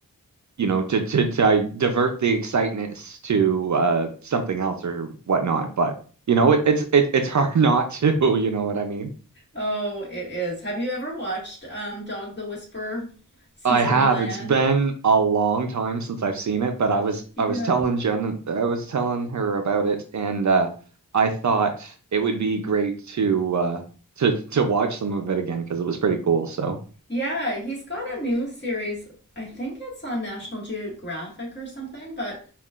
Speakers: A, on the right (about 55°); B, on the left (about 30°).
A: you know, to to, to uh, divert the excitement to uh, something else or whatnot. But you know, it, it's it, it's <laughs> hard not to. You know what I mean?
B: Oh, it is. Have you ever watched um, Dog the Whisperer, Cesar
A: I have.
B: Millan?
A: It's been a long time since I've seen it, but I was
B: Yeah.
A: I was telling Jen, I was telling her about it, and uh, I thought it would be great to uh, to to watch some of it again because it was pretty cool. So.
B: Yeah, he's got a new series. I think it's on National Geographic or something, but.